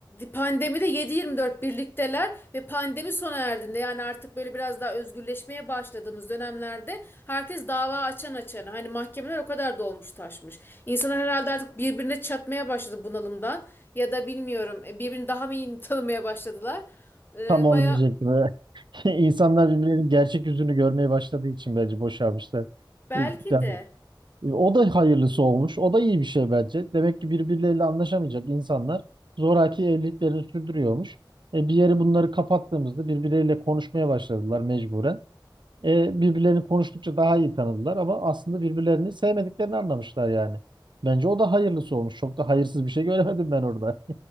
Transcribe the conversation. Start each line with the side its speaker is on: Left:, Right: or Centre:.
Left: pandemide 7-24 birlikteler ve pandemi sona erdiğinde yani artık böyle biraz daha özgürleşmeye başladığımız dönemlerde herkes dava açan açana hani mahkemeler o kadar dolmuş taşmış. İnsanlar herhalde artık birbirine çatmaya başladı bunalımdan ya da bilmiyorum e, birbirini daha mı iyi tanımaya başladılar. Ee,
Right: Tam onu
Left: baya
Right: diyecektim. <laughs> İnsanlar birbirlerinin gerçek yüzünü görmeye başladığı için bence boşalmışlar.
Left: belki
Right: E, Yani
Left: de
Right: E, O da hayırlısı olmuş. O da iyi bir şey bence. Demek ki birbirleriyle anlaşamayacak insanlar zoraki evliliklerini sürdürüyormuş. E, bir yere bunları kapattığımızda birbirleriyle konuşmaya başladılar mecburen. E, birbirlerini konuştukça daha iyi tanıdılar ama aslında birbirlerini sevmediklerini anlamışlar yani. Bence o da hayırlısı olmuş. Çok da hayırsız bir şey göremedim ben orada.